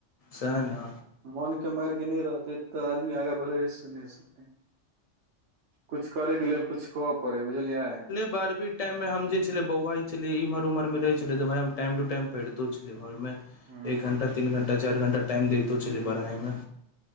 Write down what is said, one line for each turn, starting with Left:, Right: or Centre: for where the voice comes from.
Left: सेह ने
Right: मोन के मार के नहि रहतै तऽ आदमी आगा बढ़े से नहि सकतै। कुछ करै के लेल कुछ खोअ पड़ै बुझलियै
Left: बारहवी टाइम मे हम जे छलै बौआय छलयै इमहर उमहर मे रहै छलिए तऽ भाए हम टाइम टू टाइम पढ़ितो छलियै घर मे
Right: हूँ
Left: एक घण्टा तीन घण्टा चैर घण्टा टाइम देतौ छलिए पढ़ाई मे